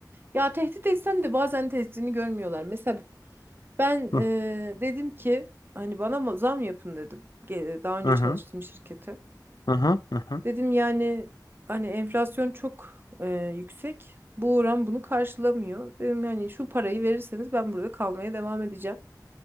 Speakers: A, on the right (about 30°); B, on the left (about 65°).
A: Ya tehdit etsem de bazen tehdidini görmüyorlar. Mesela Ben eee,
B: Hı
A: dedim ki hani bana mı- zam yapın dedim. Ge- Daha önce
B: hı
A: çalıştığım
B: hı
A: şirkete.
B: hı hı hı.
A: Dedim yani hani enflasyon çok eee, yüksek. Bu oran bunu karşılamıyor. Dedim yani şu parayı verirseniz ben burada kalmaya devam edeceğim.